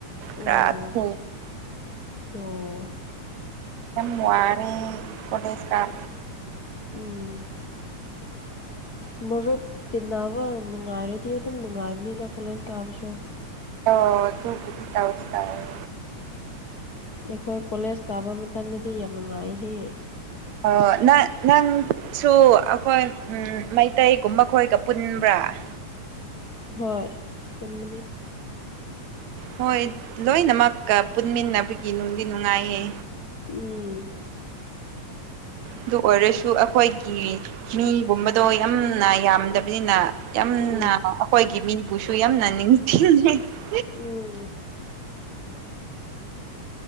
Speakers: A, on the right; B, on the left.
A: ꯈꯔꯥ꯫
B: ꯑꯣ
A: <inaudible>
B: ꯑꯣ
A: ꯌꯝ ꯋꯥꯔꯦ ꯀꫭꯂꯦꯖ ꯀꯥꯕꯁꯤ꯫
B: ꯎꯝ꯫ ꯃꯔꯨꯞ ꯇꯤꯟꯅꯕ ꯅꯨꯡꯉꯥꯏꯔꯗꯤ ꯑꯗꯨꯝ ꯅꯨꯡꯉꯥꯏꯕꯅꯤꯗ ꯀꯣꯂꯦꯖ ꯀꯥꯕꯁꯨ꯫
A: ꯑꯣ ꯗꯨꯕꯨꯗꯤ ꯇꯧꯗꯤ ꯇꯧꯋꯦ꯫
B: ꯑꯩꯈꯣꯏ ꯀꯣꯂꯦꯖ ꯀꯥꯕ ꯃꯇꯝꯗꯗꯤ ꯌꯥꯝ ꯅꯨꯡꯉꯥꯏꯍꯦ꯫
A: ꯍꫭꯏ-ꯍꫭꯏ ꯅ ꯅꯪꯁꯨ ꯑꯈꯣꯏ ꯃꯩꯇꯩꯒꯨꯝꯕ ꯈꯣꯏꯒ ꯄꯨꯟꯕ꯭ꯔꯥ꯫ <unintelligible>
B: ꯍꯣꯏ ꯄꯨꯟꯕꯅꯤ꯫
A: ꯍꯣꯏ ꯂꯣꯏꯅꯃꯛꯀ ꯄꯨꯟꯃꯤꯟꯅꯕꯒꯤ ꯅꯨꯡꯗꯤ ꯅꯨꯡꯉꯥꯏꯌꯦ꯫
B: ꯎꯝ꯫
A: ꯑꯗꯨ ꯑꯣꯏꯔꯁꯨ ꯑꯩꯈꯣꯏꯒꯤ ꯃꯤꯒꯨꯝꯕꯗꯣ ꯌꯥꯝꯅ ꯌꯥꯝꯗꯕꯅꯤꯅ ꯌꯥꯝꯅ
B: ꯎꯝ
A: ꯑꯩꯈꯣꯏꯒꯤ ꯃꯤꯕꯨꯁꯨ ꯌꯥꯝꯅ ꯅꯤꯡꯊꯤꯅ <unintelligible>
B: ꯎꯝ